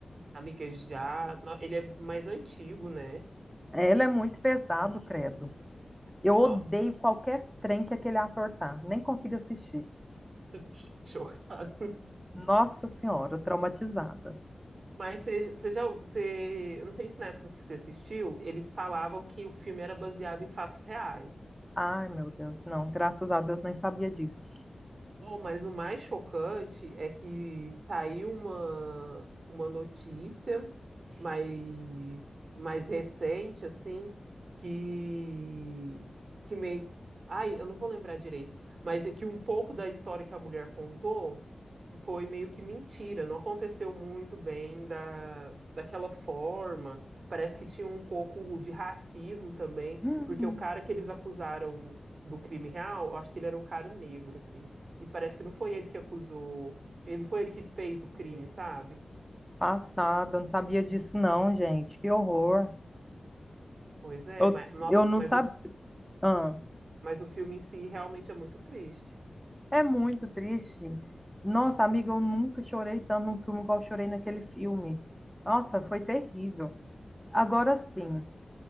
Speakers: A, on the right; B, in the centre.
A: Amiga, já. no- Ele é mais antigo, né?
B: Ela é muito pesado, credo. Eu odeio
A: Nossa,
B: qualquer trem que aquele ator tá. Nem consigo assistir.
A: <laughs> chocado.
B: Nossa Senhora, traumatizada.
A: Mas você você já. Você... Eu não sei se na época que você assistiu, eles falavam que o filme era baseado em fatos reais.
B: Ai, meu Deus. Não, graças a Deus, nem sabia disso.
A: Oh, mas o mais chocante é que saiu uma, uma notícia mais, mais recente, assim, que, que meio. que- Ai, eu não vou lembrar direito, mas é que um pouco da história que a mulher contou. foi meio que mentira, não aconteceu muito bem da, daquela forma. Parece que tinha um pouco de racismo também,
B: Hum,
A: porque o cara que eles acusaram do crime real, eu acho que ele era um cara negro, assim. E parece que não foi ele que acusou, ele não foi ele que fez o crime, sabe?
B: passada, não sabia disso não, gente. Que horror.
A: Pois é,
B: Eu,
A: mas, nossa,
B: eu não
A: mas,
B: sabia.
A: o,
B: Ah,
A: mas o filme em si realmente é muito triste.
B: é muito triste. Nossa, amiga, eu nunca chorei tanto num filme igual eu chorei naquele filme. Nossa, foi terrível. Agora sim,